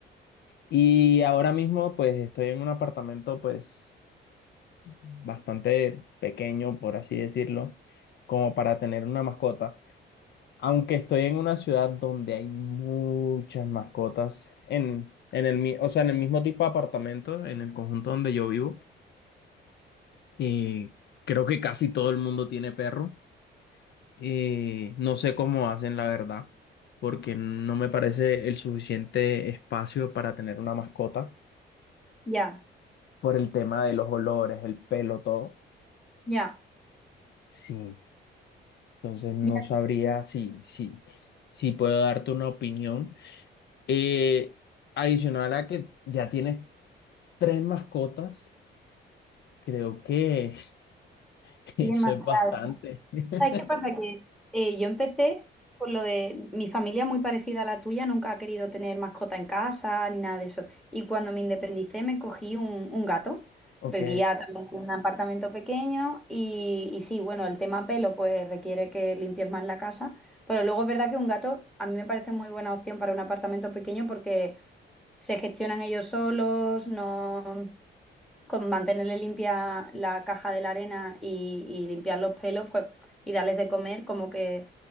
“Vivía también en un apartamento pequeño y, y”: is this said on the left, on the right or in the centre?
Centre